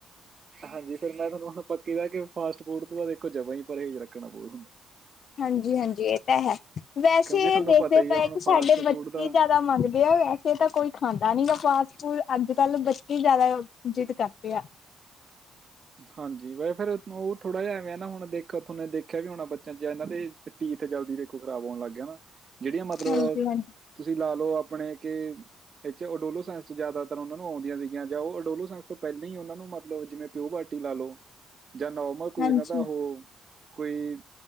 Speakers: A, on the right; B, on the left.
A: ਹਾਂਜੀ ਫੇਿਰ ਮੈਂ ਤੁਹਾਨੂੰ ਹੁਣ ਪੱਕੀ ਦਾ ਕਿ ਫਾਸਟ ਫੂਡ ਤੋਂ ਤਾਂ ਦੇਖੋ ਜਵ ਹੀ ਪਰ ਇਹ ਰੱਖਣਾ ਬਹੁਤ ਹੁੰਦਾ।
B: ਹਾਂਜੀ ਹਾਂਜੀ ਇਹ ਤਾਂ ਹੈ। ਵੈਸੇ
A: ਕਿਉਂਕਿ ਤੁਹਾਨੂੰ
B: ਦੇਖਦੇ
A: ਪਤਾ ਹੀ
B: ਪਏ
A: ਆ ਹੁਣ
B: ਕਿ ਸਾਡੇ
A: ਫਾਸਟ
B: ਬੱਚੇ
A: ਫੂਡ ਦਾ
B: ਜਿਆਦਾ ਮੰਗਦੇ ਆ ਹੋਆ। ੇ ਤਾਂ ਕੋਈ ਖਾਂਦਾ ਨੀ ਗਾ ਫਾਸਟ ਫੂਡ ਅੱਜ ਕੱਲ ਬੱਚੇ ਜਿਆਦਾ ਇਜਿਤ ਕਰਦੇ ਆ।
A: ਹਾਂਜੀ ਵੈ ਫੇਿਰ ਉਹ ਥੋੜਾ ਜਿਹਾ ਐਵੇਂ ਨਾ ਹੁਣ ਦੇਖ ਤੁਹਨੇ ਦੇਖਿਆ ਵੀ ਹੋਣਾ ਬੱਚਾ ਚ ਇਹਨਾਂ ਦੇ ਟੀ ਇੱਥੇ ਜਲਦੀ ਦੇਖੋ ਖ਼ਰਾਬ ਹੋਣ ਲੱਗ ਗਿਆ ਨਾ ਜਿਹੜੀਆਂ ਮਤਲਬ
B: ਹਾਂਜੀ ਹਾਂਜੀ
A: ਤੁਸੀਂ ਲਾ ਲਓ ਆਪਣੇ ਕਿ ਇ ਓਡੋਲੋ ਸਾਇੰਸ ਚ ਜ਼ਿਆਦਾਤਰ ਉਹਨਾਂ ਨੂੰ ਆਉਂਦੀਆਂ ਸੀਗੀਆਂ ਜਾਂ ਉਹਓਡੋਲੋ ਸਾਇੰਸ ਤੋਂ ਪਹਿਲਾਂ ਹੀ ਉਹਨਾਂ ਨੂੰ ਮਤਲਬ ਜਿਵੇਂ ਪਿਓ ਬਾਟੀ ਲਾ ਲਓ ਜਾਂ ਨੋਰਮਲ ਕੋਈ
B: ਹਾਂਜੀ
A: ਇਹਨਾਂ ਦਾ ਉਹ ਕੋਈ